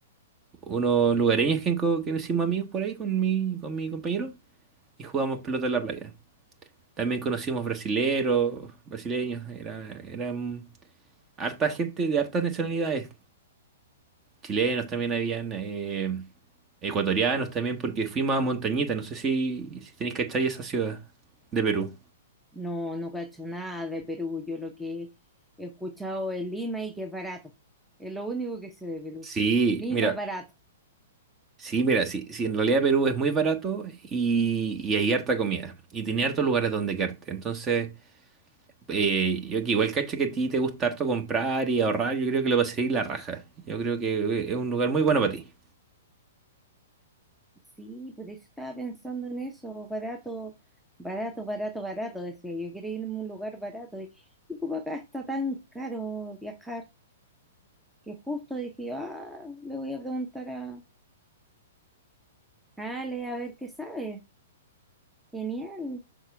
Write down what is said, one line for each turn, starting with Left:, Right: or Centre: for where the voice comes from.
Right: unos lugareños que, enco- que nos hicimos amigos por ahí con mi, con mi compañero y jugamos pelota en la playa. También conocimos brasileros, brasileños, era, eran harta gente de hartas nacionalidades. Chilenos también habían, eh, ecuatorianos también, porque fuimos a Montañita, no sé si, si tenéis cachai esa ciudad de Perú.
Centre: No, no cacho nada de Perú. Yo lo que he escuchado es Lima y que es barato. Es lo único que sé de Perú.
Right: Sí,
Centre: Lima,
Right: mira,
Centre: barato.
Right: sí, mira, sí, sí, en realidad Perú es muy barato y, y hay harta comida y tiene hartos lugares donde quedarte. Entonces, Eh, yo que igual cacho que a ti te gusta harto comprar y ahorrar, yo creo que lo vas a ir la raja. Yo creo que eh, es un lugar muy bueno para ti.
Centre: Sí, por eso estaba pensando en eso. Barato, barato, barato, barato. Decía, yo quiero irme a un lugar barato. Y, y como acá está tan caro viajar, que justo dije, yo, ah, le voy a preguntar a a Ale a ver qué sabe. Genial.